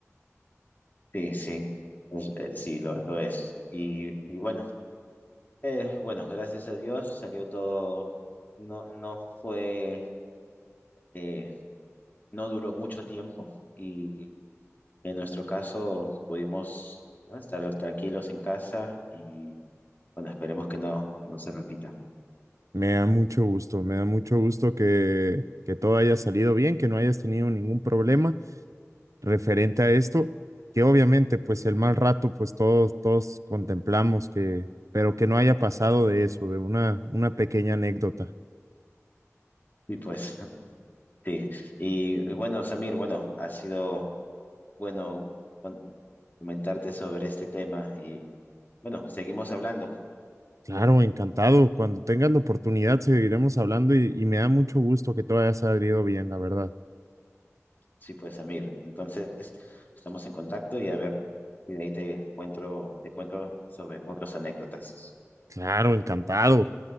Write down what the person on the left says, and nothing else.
sí, sí, es- eh, sí, lo, lo es. Y, y bueno, eh, bueno, gracias a Dios salió todo, no, no fue, eh, no duró mucho tiempo y en nuestro caso pudimos, ¿no? estar tranquilos en casa y bueno, esperemos que no, no se repita.
Y pues, <laughs> sí. Y, y bueno, Samir, bueno, ha sido bueno con- comentarte sobre este tema y bueno, seguimos hablando.
Sí, pues, Amir. Entonces, estamos en contacto y a ver si de ahí te cuento, te cuento sobre otras anécdotas.